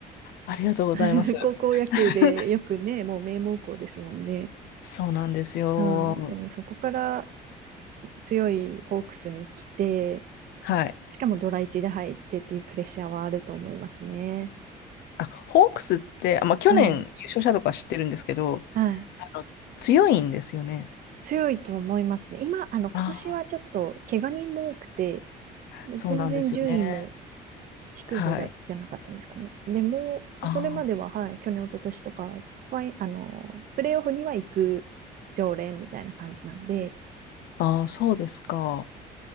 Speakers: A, on the left; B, on the right.
A: ありがとうございます。
B: <laughs> 高校野球でよくね、
A: <laughs>
B: もう名門校ですもんね。
A: そうなんですよ。
B: はい。でもそこから強いホークスに来て、
A: はい。
B: しかもドラ1で入ってっていうプレッシャーはあると思いますね。
A: あ、ホークスって、あ、まあ、去年優勝したとか知ってるんですけど、
B: うん。はい。
A: あの、強いんですよね。
B: 強いと思いますね。今、あの、今年はちょっと怪我人も多くて、
A: ああ、そうなんですよね。
B: 全然順位も低い方だ、
A: はい。
B: じゃなかったですかね。でも、
A: あー
B: それまでは、はい、去年、一昨年とか、ファイ、あの、プレイオフには行く常連みたいな感じなんで、
A: あー、あそうですか。